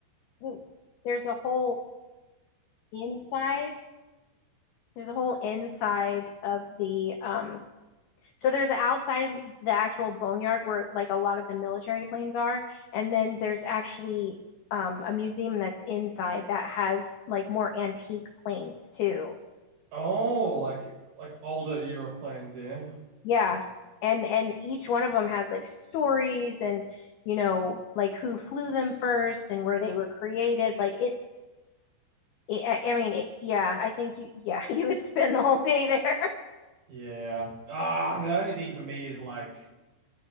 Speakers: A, on the left; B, on the right.
A: ooh, there's a whole inside. There's a whole inside of the um so there's the outside of the actual boneyard where like a lot of the military planes are and then there's actually um a museum that's inside that has like more antique planes too.
B: Oh, like like older era planes, yeah.
A: Yeah. And and each one of them has like stories and you know like who flew them first and where they were created. Like it's I I mean, it, yeah, I think you, yeah, <laughs> you would spend the whole day there. <laughs>
B: Yeah. Ah, the only thing for me is like